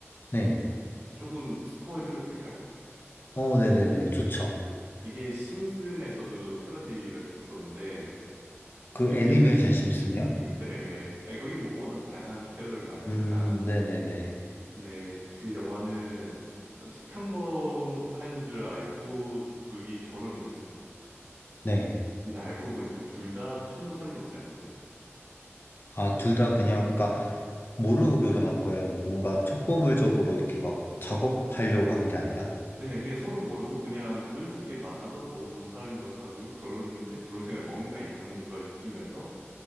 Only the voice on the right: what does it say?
조금 스포해드려도 될까요?
이게 심슨에서도 패러디를 했었었는데
이제
네네. 아니, 거기는 뭐 워낙 다양한 패러디를 많이 하니까.
근데 그 영화는 평범한 줄 알고 둘이 결혼을 했어요.
근데 알고 보니까 둘 다 청부살인업자였던 거죠.
네, 그냥 서로 모르고 그냥 우연찮게 만나서 너무 좋은 사람인 것 같아가지고 결혼을 했는데 결혼 생활 뭔가 이상한 걸 느끼면서